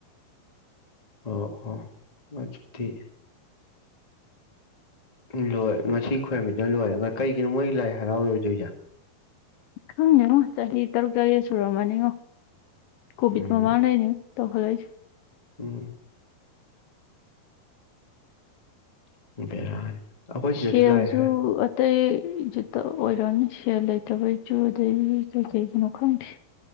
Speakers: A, on the left; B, on the left.
A: ꯑꯣ ꯑꯣ ꯃꯆꯊꯤ ꯎꯝ ꯂꯣꯏꯔꯦ ꯉꯁꯤ ꯈꯣꯏꯔꯝꯃꯤꯗꯅ ꯂꯣꯏꯔꯦ ꯀꯩꯒꯤꯅꯣ ꯃꯣꯏ ꯂꯥꯛꯑꯦ ꯍꯔꯥꯎ ꯔꯣꯏꯗꯩꯩꯁꯦ
B: ꯈꯪꯗꯦꯉꯣ ꯆꯍꯤ ꯇꯔꯨꯛ ꯇꯥꯔꯦꯠ ꯁꯨꯔꯝꯃꯅꯤꯉꯣ ꯀꯣꯕꯤꯗ
A: ꯎꯝ
B: ꯃꯃꯅꯅꯦ ꯇꯍꯂꯣꯏ
A: ꯎꯝ <unintelligible>
B: ꯁꯦꯜꯖꯨ
A: ꯂꯥꯛꯑꯦ ꯍꯥꯏ
B: ꯑꯇꯩ ꯏꯖꯠꯇ ꯑꯣꯏꯔꯛꯅ ꯁꯦꯜ ꯂꯩꯇꯕ ꯏꯁꯨ ꯑꯗꯗꯒꯤ ꯀꯩ ꯀꯩꯒꯤꯅꯣ ꯈꯪꯗꯦ